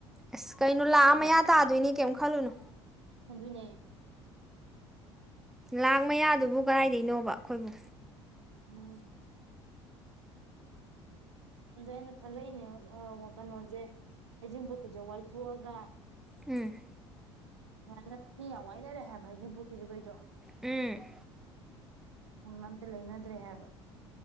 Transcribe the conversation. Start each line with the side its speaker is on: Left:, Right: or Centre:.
Centre: ꯑꯁ ꯀꯩꯅꯣ ꯂꯥꯛꯑ
Right: ꯈꯪꯉꯕ
Centre: ꯃꯌꯥ ꯇꯥꯗꯣꯏꯅꯤ ꯀꯩꯝ ꯈꯜꯂꯨꯅꯨ
Right: ꯑꯗꯨꯗꯨꯅꯦ
Centre: ꯂꯥꯛ ꯃꯌꯥꯗꯨꯕꯨ ꯀꯗꯥꯏꯗꯩꯅꯣꯕ ꯑꯩꯈꯣꯏꯕꯨ
Right: ꯎꯝ ꯑꯗ ꯑꯩꯅ ꯈꯜꯂꯛꯏꯅꯦ ꯀꯩꯅꯣꯁꯦ ꯍꯩꯖꯤꯡ ꯄꯣꯠ ꯀꯩꯁꯦ ꯋꯥꯏꯊꯣꯛꯑꯒ
Centre: ꯎꯝ
Right: ꯌꯥꯅ ꯃꯤ ꯌꯥꯝ ꯋꯥꯏꯅꯔꯦ ꯍꯥꯏꯦ ꯚꯥꯏꯅꯤꯡ ꯄꯣꯛꯀꯤꯩꯁꯨ ꯀꯩꯁꯨ
Centre: ꯎꯝ
Right: ꯎ ꯑꯝꯇ ꯂꯩꯅꯗ꯭ꯔꯦ ꯍꯥꯏꯕ